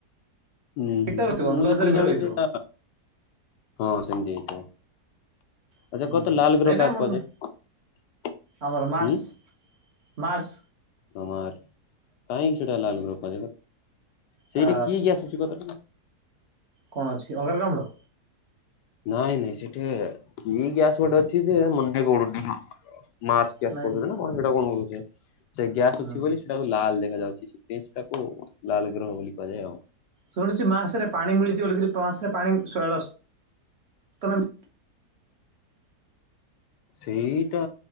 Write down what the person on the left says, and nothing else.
ଉଁ ହୁଁ
ମୁଁ
ଯେତିିକି
ଜାଣିଛି
ସେଟା ହଁ ସେମିତି ହେଇଥିବ।
ଆଚ୍ଛା କହ ତ ଲାଲ ଗ୍ରହ
କାହାକୁ
କୁହାଯାଏ?
ଉଁ
ଅମାର କାହିଁକି ସେଟା ଲାଲଗ୍ରହ କୁହାଯାଏ ସେଇଠେ
କିଏ କିଏ ଆସୁଛି କହ ତ ଟିକେ।
ନାଇଁ ନାଇଁ ସେଠେ କି ଗ୍ୟାସ ଗୋଟେ ଅଛି ଯେ ମଣ୍ଡି ପଡୁନି। ମାର୍ଚ୍ଚ ଗ୍ୟାସ୍
କହୁଛନ୍ତି ନା କଣ ସେଟା କଣ କହୁ ସେ ଗ୍ୟାସ୍
ଅଛି ବୋଲି ସେଟା ଲାଲ ଦେଖାଯାଉଛି ସେଥିପାଇଁ ସେଟାକୁ ଲାଲ ଗ୍ରହ ବୋଲି କୁହାଯାଏ ଆଉ।
ସେଇଟା